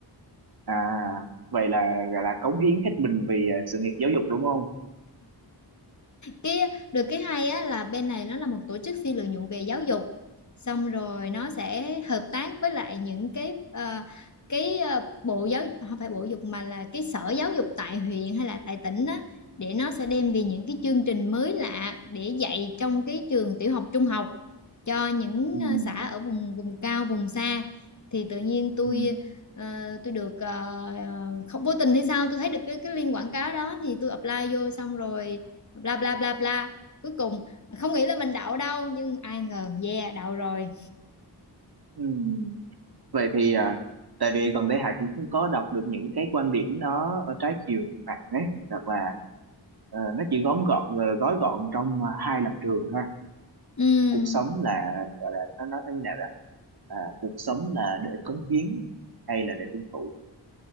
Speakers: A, on the right (about 60°); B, on the left (about 45°).
A: À, vậy là gọi là cống hiến hết mình vì à, sự nghiệp giáo dục đúng không?
B: cái được cái hay á là bên này nó là một tổ chức phi lợi nhuận về giáo dục xong rồi nó sẽ hợp tác với lại những cái ờ, cái ờ, bộ giáo không phải bộ dục mà là cái sở giáo dục tại huyện hay là tại tỉnh á để nó sẽ đem về những cái chương trình mới lạ để dạy trong cái trường tiểu học trung học cho những
A: <laughs>
B: ờ, xã ở vùng vùng cao vùng xa thì tự nhiên tôi
A: Ừ.
B: ờ, tôi được ờ, ờ, không vô tình hay sao tôi thấy được cái, cái link quảng cáo đó thì tôi apply vô xong rồi bla bla bla bla cuối cùng không nghĩ là mình đậu đâu nhưng ai ngờ yeah đậu rồi
A: Ừ. Ừ. Ừ. vậy thì à, tại vì gần đây Hải cũng không có đọc được những cái quan điểm nó ở trái chiều trên mạng ấy hoặc là ờ, nó chỉ gom gọn ờ, gói gọn trong à, hai lập trường thôi
B: Ừm,
A: cuộc sống là gọi là nó nói như nào là à, cuộc sống là để cống hiến hay là để hưởng thụ